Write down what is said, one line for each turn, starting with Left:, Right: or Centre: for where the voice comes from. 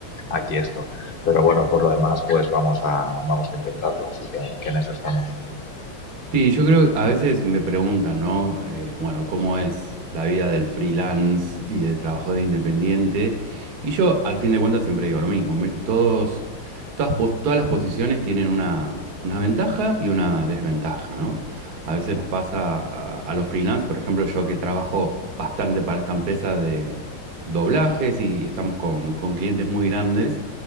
Left: aquí esto. Pero bueno, por lo demás, pues vamos a, vamos a intentarlo, así que, que en eso estamos.
Right: Sí, yo creo que a veces me preguntan, ¿no? Eh, bueno, ¿cómo es la vida del freelance y del trabajador independiente? Y yo, al fin de cuentas, siempre digo lo mismo. Mi- Todos, todas, pos- todas las posiciones tienen una, una ventaja y una desventaja, ¿no? A veces nos pasa a, a los freelance, por ejemplo, yo que trabajo bastante para esta empresa de doblajes y, y estamos con, con clientes muy grandes.